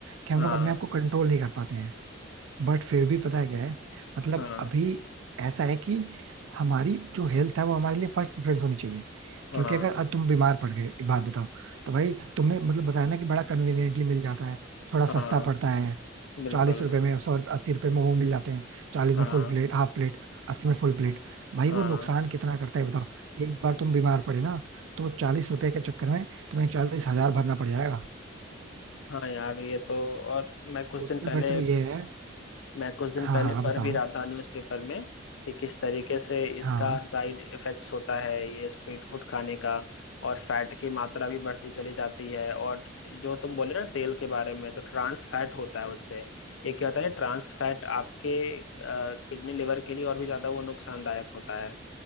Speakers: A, on the right; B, on the left.
A: कि हम
B: हाँ
A: लोग अपने आप को कंट्रोल नहीं कर पाते हैं बट फिर भी पता है क्या है मतलब
B: हाँ
A: अभी ऐसा है कि हमारी जो हेल्थ है वो हमारे लिए फर्स्ट प्रेफरेंस होनी चाहिए
B: हाँ
A: क्योंकि अगर आज तुम बीमार पड़ गए एक बात बताओ तो भाई तुमने मतलब बताया ना कि बड़ा कन्वीनियंटली मिल जाता है थोड़ा
B: हाँ
A: सस्ता पड़ता है
B: बिल्कुल
A: चालीस रुपए में सौ रुपये अस्सी रुपए मोमो मिल जाते हैं चालीस
B: हाँ
A: में फुल प्लेट हाफ प्लेट अस्सी में फुल प्लेट भाई
B: हाँ
A: वो नुकसान कितना करता है बताओ एक बार तुम बीमार पड़े ना तो चालीस रुपए के चक्कर में तुम्हें चालीस हजार भरना पड़ जाएगा
B: हाँ यार ये तो और मैं कुछ
A: उससे
B: दिन
A: बेटर
B: पहले
A: ये है
B: मैं कुछ दिन
A: हाँ
B: पहले
A: हाँ हाँ,
B: पढ़
A: बताओ
B: भी रहा था न्यूज़पेपर में कि किस तरीके से इसका
A: हाँ
B: साइड इफेक्ट्स होता है ये स्ट्रीट फूड खाने का और फैट की मात्रा भी बढ़ती चली जाती है और जो तुम बोले ना तेल के बारे में तो ट्रांस फैट होता है उससे ये क्या होता है ट्रांस फैट आपके किडनी लिवर के लिए और भी ज़्यादा वो नुकसानदायक होता है